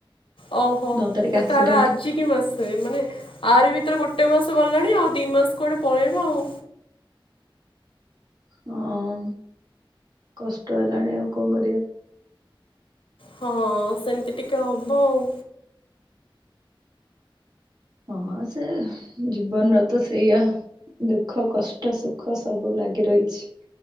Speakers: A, on the left (about 80°); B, on the right (about 50°).
A: ଓ ହୋ
B: ନଅ ତାରିଖ
A: ତ
B: ଆକ୍ସିଡେଣ୍ଟ।
A: ତାହେଲେ ଆ ଜିକି ମାସେ ମାନେ ଆରି ଭିତରେ ଗୋଟେ ମାସ ଗଲାଣି ଆଉ ଦି ମାସ କୁଆଡେ ପଳେଇବା ଆଉ।
B: ହଁ କଷ୍ଟ ହେଲାଣି ଆଉ କଣ କରିବା।
A: ହଁ ସେମିତି ଟିକେ ହବ ଆଉ।
B: ହଁ ସେ ଜୀବନର ତ ସେଇଆ ଦୁଃଖ କଷ୍ଟ ସୁଖ ସବୁ ଲାଗି ରହିଛି